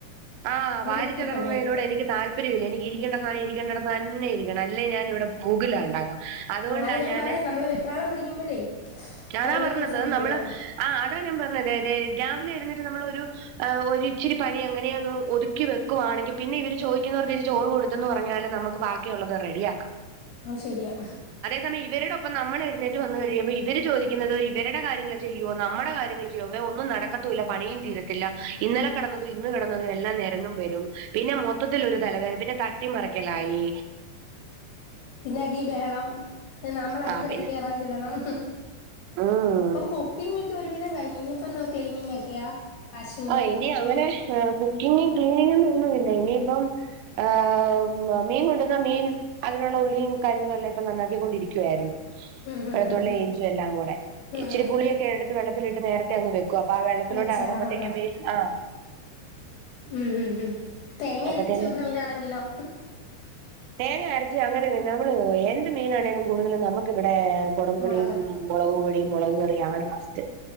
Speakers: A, on the right; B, on the left.
A: ആഹ് വാരിചെതാർന്നയിനോട്
B: ഇരട്ടി പണിയായിരിക്കും
A: എനിക്ക് താല്പര്യം ഇല്ല എനിക്ക് ഇരിക്കേണ്ട സാനം ഇരിക്കേണ്ടിടത്ത് തന്നെ ഇരി ക്കണം അല്ലെ ഞാന് ഇവിടെ പൂകിലാ ഉണ്ടകും അതുകൊണ്ടാണ്
B: അത് ഞാൻ
A: ഞാന്
B: പറയാ നമ്മള് വെപ്രാളം പിടിക്കുമ്പഴേ
A: അതാ
B: അങ്ങനെയൊക്കെ
A: പറഞ്ഞത്
B: സംഭവിക്കരുത്
A: നമ്മള് ആഹ് അതാ ഞാൻ പറഞ്ഞത് തെ രാവിലെ എഴുന്നേറ്റ് നമ്മൾ ഒരു ആഹ് ഒരു ഇച്ചിരി പണി എങ്ങനെയ ഒന്ന് ഒതുക്കി വെക്കുവാണെങ്കി പിന്നെ ഇവര് ചോയിക്കുന്നോർക്ക് ഇച്ചിരി ചോറ് കൊടു ത്തെന്ന് പറഞ്ഞാലും നമുക്ക് ബാക്കിയുള്ളത് റെഡിയാക്കാം
B: അത് ശരിയാ
A: സമയം ഇവര്ടൊപ്പം നമ്മൾ എഴുന്നേറ്റ് വന്നു കഴിമ്പോ ഇവര് ചോദിക്കുന്നത് ഇവര്ടെ കാര്യങ്ങൾ ചെയ്യുവോ നമ്മുടെ കാര്യങ്ങൾ ചെയ്യോവേ ഒന്നും നടക്കത്തൂല്ല പണിയും തീരത്തില്ല ഇന്നലെ കിടന്നതും ഇന്ന് കിടന്നതും എല്ലാം നേരന്നും വരും പിന്നെ മൊത്തത്തിൽ ഒരു തലവേ പിന്നെ ത ട്ടിമറിക്കലായി
B: പിന്നെ അടി ബേഹളം ഉം പിന്നെ നമ്മൾ അയിന്റെ
A: ആ
B: ഇടക്ക്
A: പിന്നെ
B: കെറാൻ ചെല്ലണം
A: ഉം
B: അപ്പം കുക്കിങ്ങക്കെ ഒരു വിതം കഴിഞ് ഇനിപ്പൊ എന്ത്‌വ ക്ലീനിങ് ഒക്കെയ വാഷിംഗ്
A: ആ ഇനി അങ്ങനെ ഏഹ് കുക്കിങ്ങ് ക്ലീനിങ്ങന്ന് ഒന്നുമില്ല ഇനിയിപ്പം ആഹ് വ് മാ മീൻ കൊണ്ടുന്ന മീൻ അതിനുള്ള ഉള്ളീം കാര്യങ്ങളും എല്ലാം ഇപ്പ നന്നാക്കിക്കൊണ്ടിരിക്കുവരുന്നു
B: ഉം ഉം
A: വെള്ത്തുള്ളി
B: ഉം ഉം
A: ഇഞ്ചി എല്ലാം കൂടെ
B: ഉം
A: ഇച്ചിരി
B: ഉം
A: പുളിയൊക്കെ എടുത്ത് വെള്ളത്തിലിട്ട് നേരത്തെ അങ്ങ് വെ അപ്പൊ ആ വള്ളത്തിലോട്ട്
B: വെച്ചാ
A: എറങ്ങുമ്പത്തേക്കും
B: ആ ആ
A: വീഴും ആഹ്
B: ഉം ഉം ഉം തേങ്ങ
A: അപ്പത്തേന്
B: അരച്ച് വെക്കുന്ന മീനാണെങ്കിലോ?
A: തേങ്ങ അരച്ച് അങ്ങനെ തിന്നോ നമ്മള് എന്ത് മീനാണേലും കൂടുതലും നമുക്ക് വിടെ കൊടമ്പുളിയും
B: മുളക്
A: മുളക് കൂടി മുളക് കറിയാണ് മസ്റ്റ്